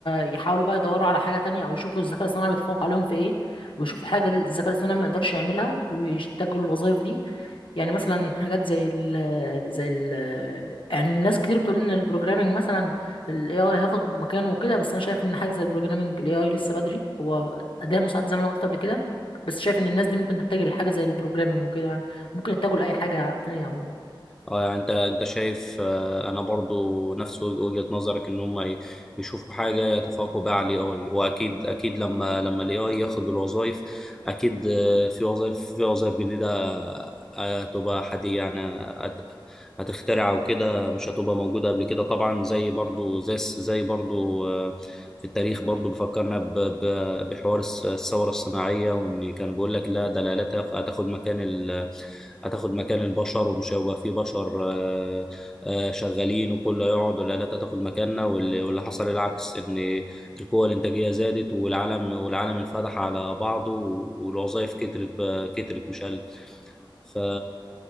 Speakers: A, on the left; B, in the centre.
A: يحاولوا بقى يدوروا على حاجه تانية او يشوفوا الذكاء الاصطناعي بيتفوق عليهم في ايه ويشوفوا حاجه الذكاء الاصطناعي ما يقدرش يعملها ويشتغلوا الوظائف دي يعني مثلا حاجات زي ال زي ال يعني الناس كتير بتقول ان البروجرامنج مثلا الاي اي هياخد مكانه وكده بس انا شايف ان حاجه زي البروجرامنج الاي اي لسه بدري هو اداه مساعد زي ما انا قلت قبل كده بس شايف ان الناس دي ممكن تتجه لحاجه زي البروجرامنج وكده يعني ممكن يتجهوا لاي حاجه تانية عموما
B: اه يعني انت انت شايف آه، انا برضو نفس وج- وجهة نظرك ان هم ي- يشوفوا حاجة يتفوقوا بيها على الاي اي واكيد اكيد لما لما الاي اي ياخد الوظائف اكيد آه، في وظائف في وظائف جديدة آه، هتبقى حديثة يعني هت- هتخترع وكده مش هتبقى موجودة قبل كده طبعا زي برضو زي الس- زي برضو آه، في التاريخ برضو بيفكرنا ب- ب- بحوار الس- الثورة الصناعية وان كان بيقول لك لا ده الآلات هتاخد مكان هتاخد مكان البشر ومش هيبقى فيه بشر آه، آه، شغالين وكله هيقعد والآلات هتاخد مكاننا واللي واللي حصل العكس إن القوة الإنتاجية زادت والعالم والعالم انفتح على بعضه والوظائف كترت آه، كترت مش قلت ف...